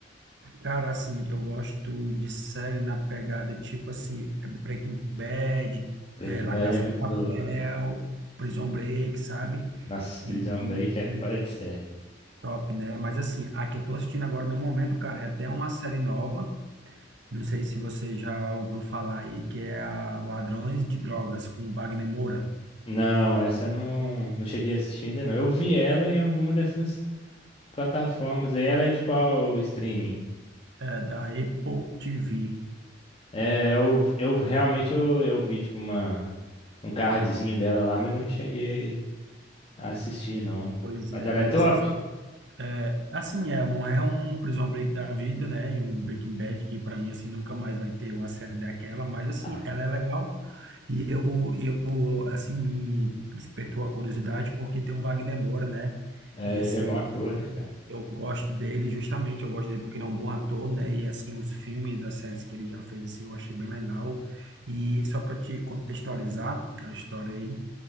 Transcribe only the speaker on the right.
Cara, assim, eu gosto de série na pegada tipo assim, é Breaking Bad,
é La
Casa
de Papel,
Prison Break, sabe?
E,
e
top, né? Mas assim, a que eu tô assistindo agora no momento, cara, é até uma série nova. Não sei se você já ouviu falar aí, que é a Ladrões de Drogas, com Wagner Moura,
é, da Apple TV.
Pois
é,
mas
assim, só É, assim, é, não é um Prison Break da vida, né? e Um Breaking Bad que pra mim assim nunca mais vai ter uma série daquela, mas assim,
ela é legal e eu eu assim me despertou a curiosidade porque tem o Wagner Moura, né?
E assim,
eu gosto dele justamente, eu gosto dele porque ele é um bom ator, né? E assim, os filmes, as séries que ele já fez assim, eu achei bem legal. E só pra te contextualizar a história aí,